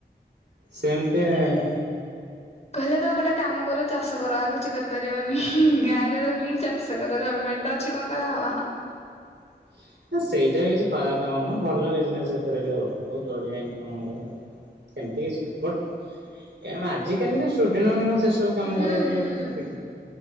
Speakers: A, on the right; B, on the left.
A: ସେନ୍ତି <inaudible>
B: କଲେ କହିଲେ ତମେ ଗୋଟେ କାମ କର ଚାଷ କର ଆଉ କିଛି କରିପାରିବନି ଗାଁ ରେ ରହିଲେ ହି ଚାଷ କର ଜମିବାର ତ ଛିିକଣଙ୍କା ହବାଁ <inaudible>
A: ହ ସେଇଟା ବି କିଛି ଖରାପ କାମ ନୁହଁ ଭଲ ବିଜନେସ ଏଥିରେ ବି ହବ ବହୁତ ବଢିଆ ଇନକମ ହବ। ସେମିତି କିଛି ନାହିଁ ବଟ ଏମ ଆଜି କାଲିକା ଷ୍ଟଡେଣ୍ଟ ମାନେ କଣ ସେସବୁ ସବୁ କାମ
B: ହୁଁ
A: କରିବା ପାଇଁ
B: ହୁଁ।
A: ଇଏ କରୁଛନ୍ତି।